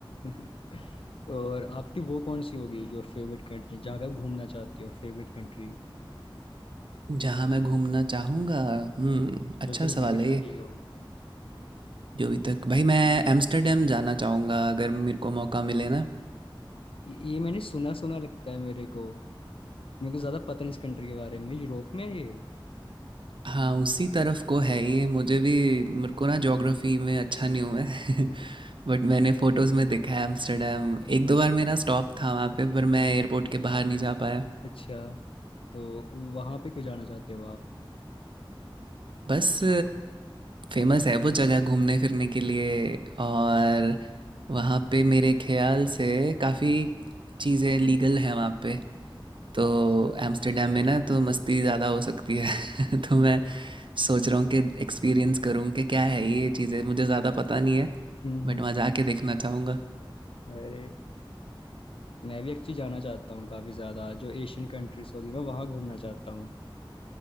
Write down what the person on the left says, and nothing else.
हम्म। <laughs> और आपकी वो कौन सी होगी जो फेवरेट कंट्री जहाँ पे आप घूमना चाहते हो फेवरेट कंट्री
जब तक
विजिट
ना की हो
ये ये मैंने सुना सुना लगता है मेरे को मेरे को ज़्यादा पता नहीं इस कंट्री के बारे में यूरोप में है ये
<laughs>
अच्छा तो वहाँ पे क्यों जाना चाहते हो आप
अच्छा
<laughs> हम्म
हम्म।
अरे मैं भी एक्चुअली जाना चाहता हूँ काफ़ी ज़्यादा जो एशियन कंट्रीज होगी मैं वहाँ घूमना चाहता हूँ